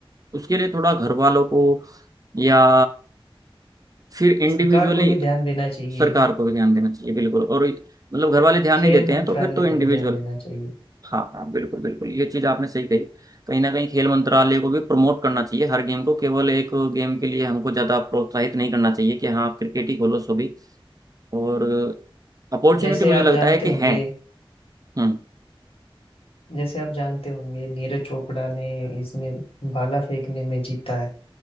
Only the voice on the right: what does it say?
उसके लिए थोड़ा घर वालों को या फिर इंडिविजुअली
सरकार को भी ध्यान देना चाहिए बिल्कुल और मतलब घर वाले ध्यान
नहीं देते
हैं तो फिर तो इंडिविजुअल
हाँ हाँ बिल्कुल बिल्कुल ये चीज आपने सही कही कहीं ना कहीं खेल मंत्रालय को भी प्रमोट करना चाहिए हर गेम को केवल एक गेम के लिए हमको ज्यादा प्रोत्साहित नहीं करना चाहिए कि हाँ आप क्रिकेट ही खोलो सो भी और अपॉर्चुनिटी
मुझे
लगता
है कि
है हम्म